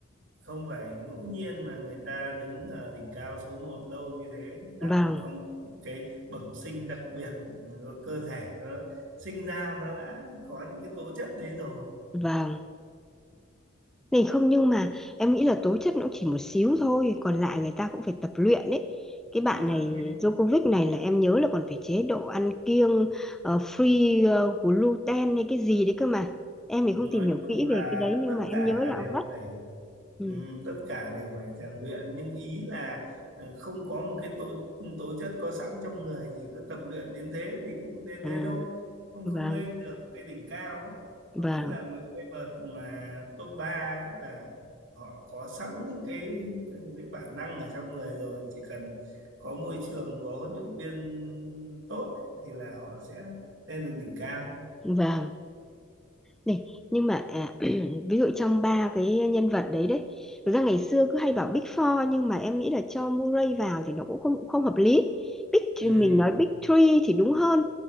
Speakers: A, on the right; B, in the centre.
A: không phải ngẫu nhiên mà người ta đứng ở đỉnh cao số một lâu như thế người ta
B: vâng
A: cũng phải có một cái bẩm sinh đặc biệt có cơ thể nó sinh ra nó đã có những cái tố chất đấy rồi
B: vâng Này không nhưng mà em nghĩ là tố chất nó cũng chỉ một xíu thôi Còn lại người ta cũng phải tập luyện đấy Cái bạn
A: à,
B: này
A: tất nhiên
B: Djokovic này là em nhớ là còn phải chế độ ăn kiêng ờ, Free ờ, gluten hay cái gì đấy cơ mà Em thì
A: nói
B: không tìm hiểu
A: chung
B: kỹ
A: là
B: về cái đấy Nhưng
A: tất
B: mà em
A: cả
B: nhớ là
A: đều
B: vắt
A: phải
B: ừ.
A: Ừ, tất cả đều phải rèn luyện nhưng ý là ờ, không có một cái tố tố chất có sẵn trong người thì cứ tập luyện đến thế thì cũng đến
B: À,
A: thế thôi không
B: vâng
A: không lên được cái đỉnh cao ấy có
B: vâng
A: nghĩa là mấy cái vợt mà top 3 ấy là họ có sẵn những cái cái bản năng ở trong người rồi chỉ cần có môi trường có huấn luyện viên tốt ấy, thì là họ sẽ lên được đỉnh cao
B: vâng Này, nhưng mà à, <clears throat> ví dụ trong ba cái nhân vật đấy đấy, thực ra ngày xưa cứ hay bảo Big Four nhưng mà em nghĩ là cho Murray vào thì nó cũng không không hợp lý. Big
A: ừ,
B: mình nói Big Three thì đúng hơn.